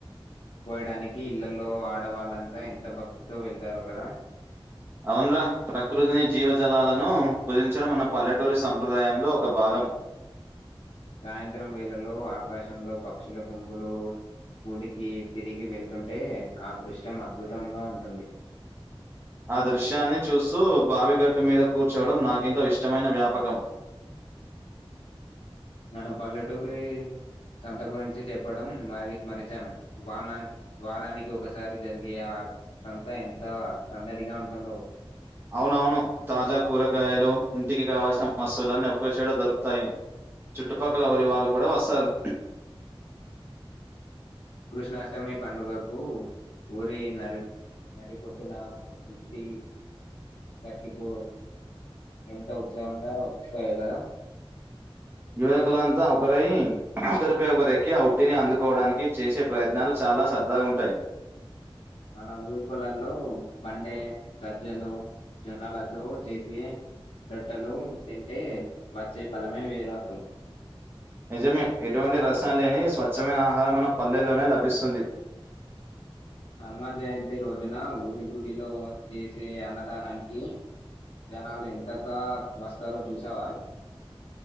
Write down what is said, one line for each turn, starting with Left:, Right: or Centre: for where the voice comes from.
Left: పోయడానికి ఇళ్లల్లో ఆడవాళ్ళంతా ఎంత భక్తితో వెళ్తారు కదా
Right: అవున్రా ప్రకృతిని జీవజలాలను పూజించడం మన పల్లెటూరి సంప్రదాయంలో ఒక భాగం
Left: సాయంత్రం వేళలో ఆకాశంలో పక్షుల గుంపులు గుడికి తిరిగి వెళ్తుంటే ఆ దృష్టం అద్భుతంగా ఉంటుంది
Right: ఆ దృశ్యాన్ని చూస్తూ బావిగట్టు మీద కూర్చోవడం నాకుంతో ఇష్టమైన వ్యాపకం
Left: మనపల్లెటూరి సంత గురించి చెప్పడం మరి మరిచం వానా వారానికి ఒకసారి జరిగే ఆ సంత ఎంత సందడిగా ఉంటుందో
Right: అవునవును తాజ కూరగాయలు ఇంటికి కావాల్సిన వసూలన్నీ ఒకే చొట దొరుకుతాయి చుట్టుపక్కల ఊరి వాళ్ళు కూడ వస్తరు
Left: కృష్ణాష్టమి పండుగకు ఊరి నరి నడీ గొడ్డున పుట్టి వాట్టికు ఎంతో ఉత్సాహంగ ఉషయో కద
Right: యువకులంతా ఒకరై ఒకరిపై ఒకరెక్కి అ ఉట్టిని అందుకోవడానికి చేసే ప్రయత్నాలు చ చాల సరదాగ ఉంటయి
Left: మన ఊరి పొలల్లో బండే సజ్జలు జనాలతో చేసి రొట్టెలు తింటే వచ్చే బలమే వేరు అసలు
Right: నిజమే ఎటువంటి రసాయన లేని స్వచ్ఛమైన ఆహారం మన పల్లెల్లోనే లభిస్తుంది
Left: <inaudible> హనుమాన్ జయంతి రోజున ఊరి గుడిలో చేసే అన్నదానానికి జనాలు ఎంతత్త వస్తరో చూసావ